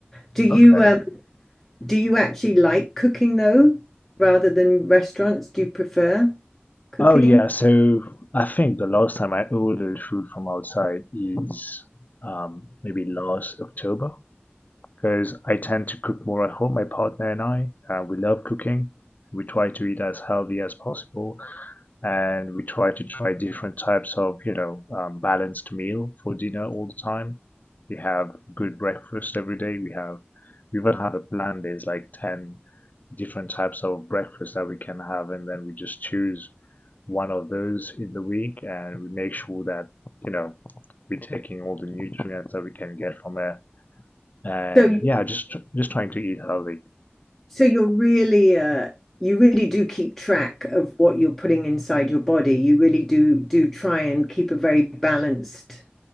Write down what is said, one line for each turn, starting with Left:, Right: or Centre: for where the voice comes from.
Centre: Do you
Left: Okay.
Centre: um do you actually like cooking though, rather than restaurants? Do you prefer cooking?
Left: Oh yeah, so I think the last time I ordered food from outside is um, maybe last October because I tend to cook more at home, my partner and I, and we love cooking. We try to eat as healthy as possible, and we try to try different types of, you know, um, balanced meal for dinner all the time. We have good breakfast every day. We have we even have a plan. There's like 10 different types of breakfast that we can have, and then we just choose one of those in the week, and we make sure that you know we're taking all the nutrients that we can get from it, and
Centre: So you
Left: yeah, just just trying to eat healthy.
Centre: so you're really uh you really do keep track of what you're putting inside your body. You really do do try and keep a very balanced.